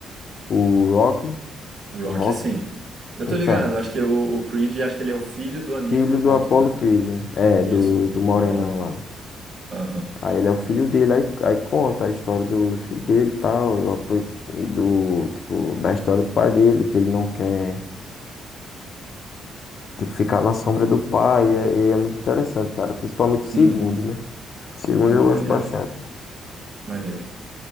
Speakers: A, on the left (about 55°); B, on the right (about 45°).
A: o Rock?
B: Rock,
A: O Rock?
B: sim. Eu tô
A: Então.
B: ligado, acho que o, o Creed, acho que ele é o filho do amigo
A: Filho
B: do
A: do
B: Rock,
A: Apollo
B: né?
A: Creed. né? É,
B: Isso,
A: do,
B: filho
A: do Morenão
B: da Paula.
A: lá.
B: Aham.
A: Aí ele é o filho dele, aí, aí conta a história do, do filho dele e tal, e o apoio e do, tipo, da história do pai dele, que ele não quer, tipo, ficar na sombra do pai, e é, e é muito interessante, cara, principalmente o segundo,
B: Uhum.
A: né? O segundo
B: Não,
A: eu gosto
B: maneiro,
A: bastante.
B: maneiro.